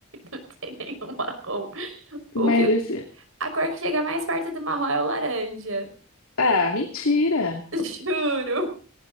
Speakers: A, on the right; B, on the left.
A: Não tem nenhum marrom. O
B: Mas
A: que,
B: esse.
A: a cor que chega mais perto do marrom é o laranja.
B: Ah, mentira!
A: <laughs> Juro.